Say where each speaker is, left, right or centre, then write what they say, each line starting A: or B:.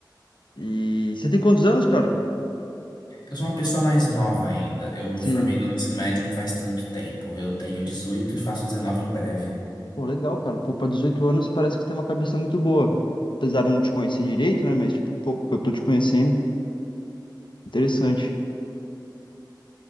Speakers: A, on the left; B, on the left.
A: E você tem quantos anos, cara?
B: Eu sou uma pessoa mais nova ainda. Eu me
A: Sim.
B: formei no ensino médio não faz tanto tempo. Eu tenho 18 e faço 19 em breve.
A: Pô, legal, cara. Pô, pra 18 anos parece que você tem uma cabeça muito boa. Apesar de eu não te conhecer direito, né? Mas, tipo, o pouco que eu tô te conhecendo, interessante.